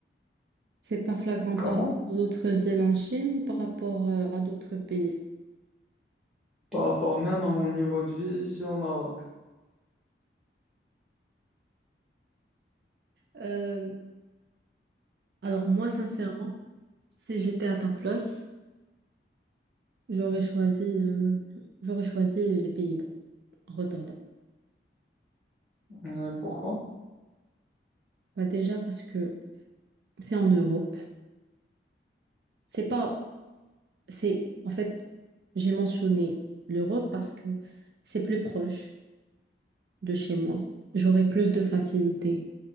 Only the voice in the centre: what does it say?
Comment?
Par rapport même à mon niveau de vie ici au Maroc.
Mais pourquoi?